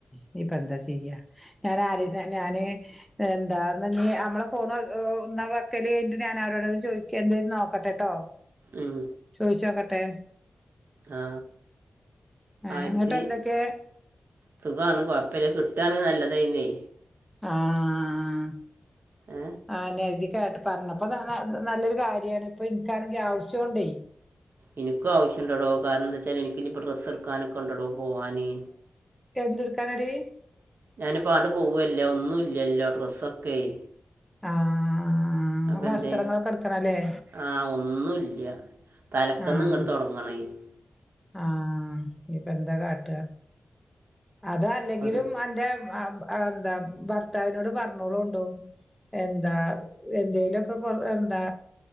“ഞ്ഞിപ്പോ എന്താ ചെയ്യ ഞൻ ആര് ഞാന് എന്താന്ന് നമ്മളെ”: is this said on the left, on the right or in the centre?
Centre